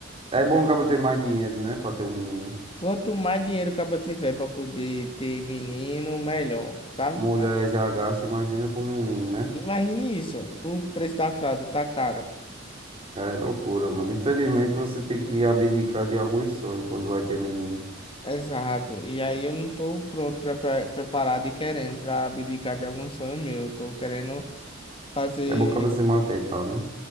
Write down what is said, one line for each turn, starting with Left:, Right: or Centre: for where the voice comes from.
Right: é bom o ter mais dinheiro, né? Pra ter um menino.
Left: Quanto mais dinheiro o cara tiver pra poder ter menino, melhor, sabe?
Right: Mulher
Left: Ah,
Right: já gasta, imagina com um menino, né?
Left: Imagine isso. O preço da fralda tá caro.
Right: É loucura, mano. Infelizmente você tem que abdicar de alguns sonhos quando vai ter menino.
Left: Exato. E aí eu não tô pronto, pra, pra- preparado e querendo pra abdicar de alguns sonhos meus. Eu tô querendo fazer.
Right: É bom o se manter e tal, né?